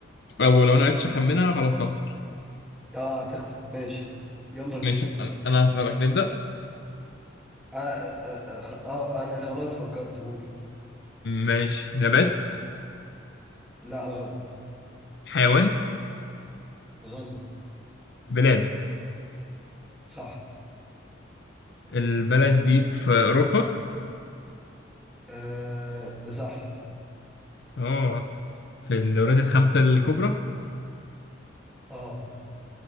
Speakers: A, on the left (about 60°); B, in the centre.
A: او لو انا عرفتش اخمنها خلاص هخسر
B: آه هتخسر ماشي يلا بينا
A: ماشي انا انا هسألك نبدأ
B: آه, آه, آه, خ- آه أنا خلاص فكرت قول
A: ماشي نبات
B: لا غلط
A: حيوان
B: غلط
A: بلاد
B: صح
A: البلد دي في اوروبا
B: آه صح
A: اه في الدوريات الخمسة الكبرى
B: اه